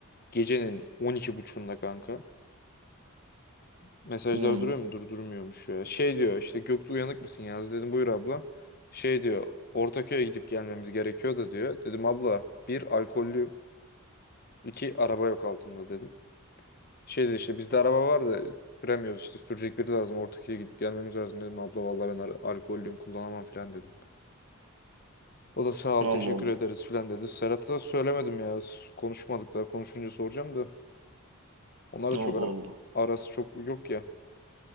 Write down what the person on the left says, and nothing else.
Gecenin 12.30'unda kanka. Mesajlar
duruyor mu? Dur durmuyormuş ya. Şey diyor işte Göktuğ uyanık mısın yaz dedim buyur abla. Şey diyor Ortaköy'e gidip gelmemiz gerekiyor da diyor. Dedim abla bir alkollü iki araba yok altımda dedim. Şey dedi işte bizde araba var da süremiyoruz işte sürecek biri lazım Ortaköy'e gidip gelmemiz lazım dedim abla vallahi ben al- alkollüyüm kullanamam falan dedim. O da sağ ol
teşekkür
ederiz falan dedi. Serhat'a da söylemedim ya s- konuşmadık daha konuşunca soracağım da onlar
da çok
ar- arası çok yok ya